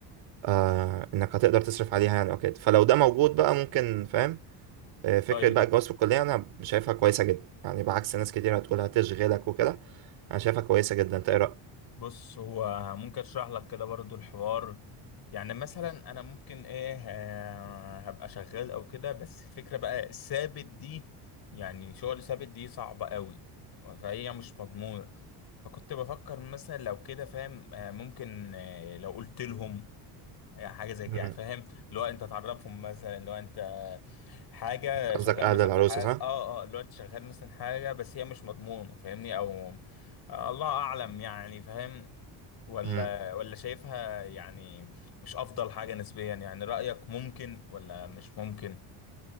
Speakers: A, on the right (about 75°); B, on the left (about 55°).
A: آه، إنك هتقدر تصرف عليها يعني أو كده فلو ده موجود بقى ممكن فاهم آه، فكرة
B: طيب
A: بقى الجواز في الكلية أنا شايفها كويسة جدا يعني بعكس ناس كتير هتقول هتشغلك وكده أنا شايفها كويسة جدا أنت إيه رأيك؟
B: بص هو ممكن اشرح لك كده برضو الحوار يعني مثلا انا ممكن ايه آه، هبقى شغال او كده بس الفكرة بقى الثابت دي يعني شغل ثابت دي صعبة قوي فهي مش مضمونة فكنت بفكر مثلا لو كده فاهم آه، ممكن آه، لو قلت لهم يعني حاجه زي
A: مم.
B: كده يعني فاهم اللي هو انت تعرفهم مثلا اللي هو انت حاجه
A: قصدك
B: شغال
A: أهل
B: مثلا
A: العروسة
B: في حاجه
A: صح؟
B: اه اه اللي هو انت شغال مثلا حاجه بس هي مش مضمونه فاهمني او آه الله اعلم يعني فاهم ولا
A: مم.
B: ولا شايفها يعني مش افضل حاجه نسبيا يعني رايك ممكن ولا مش ممكن